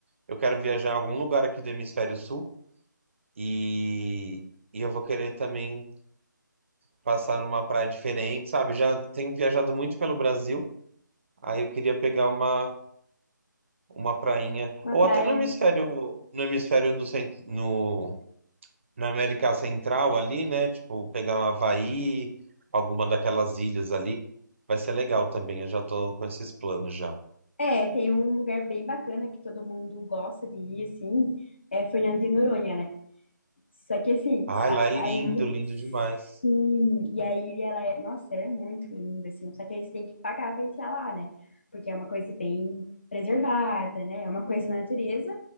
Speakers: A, on the right; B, on the left.
A: eu quero viajar em algum lugar aqui do hemisfério sul e, e eu vou querer também passar numa praia diferente, sabe? Já tenho viajado muito pelo Brasil, aí eu queria pegar uma uma prainha
B: uma
A: ou
B: praia.
A: até no hemisfério no hemisfério no centro, na América Central ali, né? Tipo, pegar um Havaí, alguma daquelas ilhas ali. Vai ser legal também, eu já tô com esses planos já.
B: É, tem um lugar bem bacana que todo mundo gosta de ir, assim, é Fernando de Noronha, né? Só que, assim,
A: Ai,
B: a,
A: lá é lindo,
B: a ilha,
A: lindo demais.
B: sim, e a ilha, ela é, nossa, ela é muito linda, assim, só que aí você tem que pagar pra entrar lá, né? Porque é uma coisa bem preservada, né? É uma coisa da natureza,